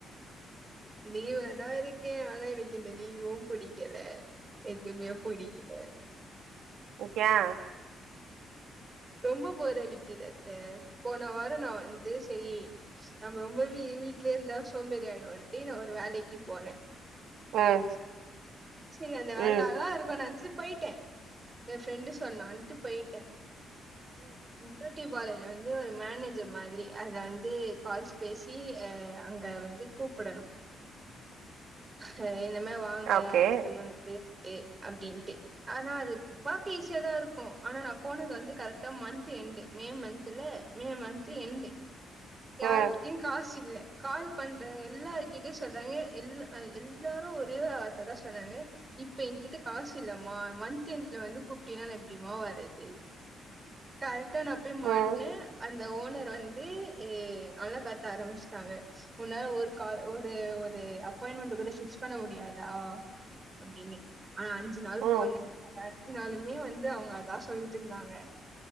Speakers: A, on the right; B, on the right.
A: லீவுல தா இருக்கே ஆனா எனக் கு இந்த லீவு புடிக்கல எதுமே புடிக்கல
B: ஓகேயா
A: ரொம்பொ போர் அடிக்குது அத்த போன வாரோ நா வந்து செரி நம்ம ரொம்ப வீ வீட்லயே இருந்தா சோம்பேறி ஆயிடுவோன்ட்டு நா ஒரு வேலைக்கு போனே
B: ம்
A: செரி அந்த வேல
B: ம்
A: நல்லா இருக்கு நெனச்சு போயிட்டே எ ஃப்ரெண்டு சொன்னான்டு போயிட்டே ம் போய்ட் டி <unintelligible> வந்து ஒரு மேனேஜர் மாதிரி அத வந்து கால்ஸ் பேசி ஆ அங்க வந்து கூப்புடணு ஹ என் இன்னிமே வாங்க
B: ஓகே
A: சலூனுக்கு கு அப்டின்ட்டு ஆனா அது பாக்க ஈஸியா தா இருக்கு ஆனா நா போனது வந்து கரெக்டா மந்த்து எண்டு மே மந்துல மே மந்த்து எண்டு யாருக்கிட்டயு
B: ம்
A: காஸ் சு இல்ல கால் பண்ற எல்லார்க்கிட்டயு சொல்றாங்க எல்ல அ எல்லாரு ஒரே வார்த்ததா சொன்னாங்க இப்ப எகிட்ட காசு இல்லமா மந்த் எண்டுல வந்து கூப்ட்டினா நா எப்டிமா வரது க ரக்ட்டா நா போய் மாட்னே
B: ம்
A: அந்த ஓனர் வந்து ஏ நல்லா கத்த ஆரம்பிச்சிட்டாங்க முன்ன ஒரு கால் ஒரு ஒரு அப் அப்பாயின்மெண்ட் கூட பிக்ஸ் பண்ண முடியாதா அப்படீன்னு ஆனா அஞ்சு நாள்
B: ம்
A: போனேன் அந்த அஞ்சு நாளுமே வந்து அவங்க அதா சொல்லிட்டு இருந்தாங்க